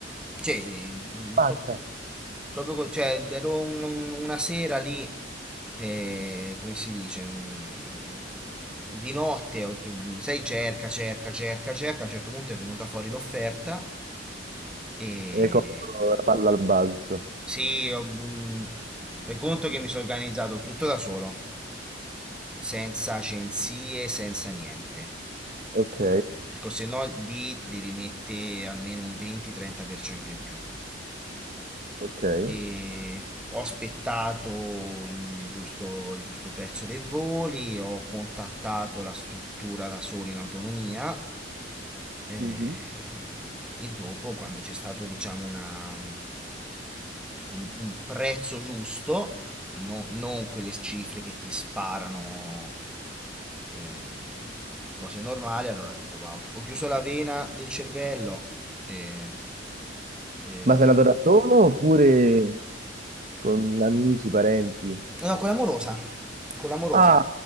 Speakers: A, in the centre; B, on the right.
A: Cioè, mm,
B: Fatta.
A: po- proprio, co- cioè, ero un- un- una sera lì, eh, come si dice, mm, di notte, ho tr- sai, cerca, cerca, cerca, cerca, a un certo punto è venuta fuori l'offerta e...
B: E hai colto la palla al balzo.
A: Sì, ho, mm, fai conto che mi sono organizzato tutto da solo, senza agenzie, senza niente,
B: Ok,
A: perché se no lì devi mettere almeno un 20-30% in più.
B: ok.
A: e ho aspettato il giusto, il giusto prezzo dei voli, ho contattato la struttura da solo in autonomia eh,
B: Mhm.
A: e dopo quando c'è stato diciamo una, un, un prezzo giusto, no- non quelle cifre che ti sparano eh, a cose normali, allora ho detto "Va, ho chi- ho chiuso la vena del cervello e... e
B: Ma sei andato da solo oppure con amici, parenti?
A: No, con l'amorosa, con l'amorosa.
B: Ah,